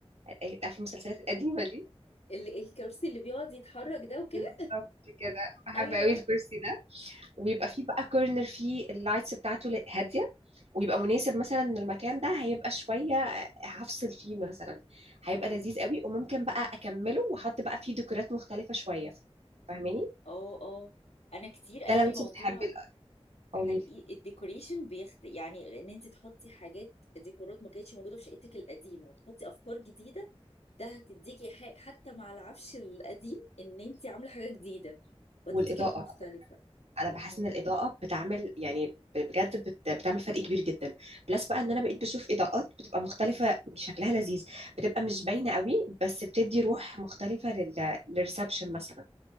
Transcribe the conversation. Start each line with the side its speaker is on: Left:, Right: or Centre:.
Right: ال- عارفة المسلسلات القديمة دي
Left: ال- الكرسي اللي بيقعد يتحرك ده وكده
Right: بالظبط كده بحب
Left: ايوه
Right: قوي الكرسي ده ويبقى فيه بقى كورنر فيه اللايتس بتاعته ل- هادية ويبقى مناسب مثلا ان المكان ده هيبقى شوية هفصل فيه مثلا هيبقى
Left: اه
Right: لذيذ قوي وممكن بقى اكمله واحط بقى فيه ديكورات مختلفة شوية فاهماني
Left: اه اه انا كتير قالوا
Right: ده لو
Left: لي
Right: انت
Left: موضوع
Right: بتحبي ال-
Left: حقيقي
Right: قولي لي
Left: الديكوريشن بيخت يعني ان انت تحطي حاجات ديكورات ما كانتش موجوده في شقتك القديمه وتحطي افكار جديده ده هتديكي حق حتى مع العفش القديم ان انت عامله حاجه جديده وهتديكي
Right: والاضاءه
Left: روح مختلفه
Right: على فكرة. انا بحس
Left: الله
Right: ان الاضاءه بتعمل يعني بجد بت... بتعمل فرق كبير جدا بلس بقى ان انا بقيت بشوف اضاءات بتبقى مختلفه شكلها لذيذ بتبقى مش باينه قوي بس بتدي روح مختلفه لل... للريسبشن مثلا